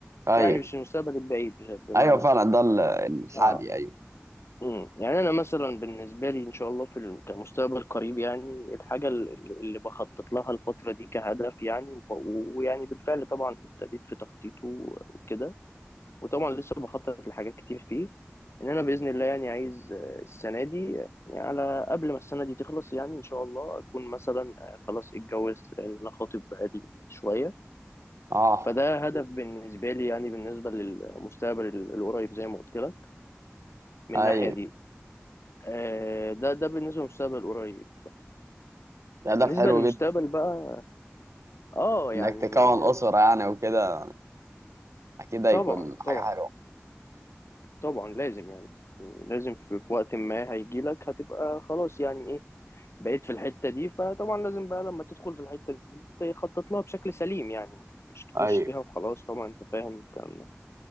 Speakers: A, on the right; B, on the left.
A: ايوه
B: يعني مش المستقبل البعيد بش- بمعنى
A: ايوه فعلا
B: صح
A: ده ال- الحالي
B: اه
A: ايوه
B: مم. يعني انا مثلا بالنسبه لي ان شاء الله في الم- كمستقبل قريب يعني الحاجه ال- ال- اللي بخطط لها الفتره دي كهدف يعني وب- ويعني بالفعل طبعا ابتديت في تخطيطه وكده وطبعا لسه بخطط لحاجات كتير فيه ان انا باذن الله يعني عايز آه، السنه دي يعني على قبل ما السنه دي تخلص يعني ان شاء الله اكون مثلا آه، خلاص اتجوزت لان انا خاطب بقالي شويه
A: اه
B: فده هدف بالنسبه لي يعني بالنسبه للمستقبل ال- القريب زي ما قلت لك من
A: ايوه
B: الناحيه دي آه، ده ده بالنسبه للمستقبل القريب
A: ده هدف
B: بالنسبه
A: حلو
B: للمستقبل
A: جدا
B: بقى اه
A: انك
B: يعني
A: تكون اسره يعني وكده اكيد هيكون
B: طبعا
A: حاجه
B: طبعا
A: حلوه
B: طبعا لازم يعني لازم في في وقت ما هيجيلك هتبقى خلاص يعني إيه، بقيت في الحتة دي فطبعا لازم بقى لما تدخل في الحتة دي تخطط لها بشكل سليم يعني مش تخش
A: ايوه
B: فيها وخلاص طبعا انت فاهم الكلام ده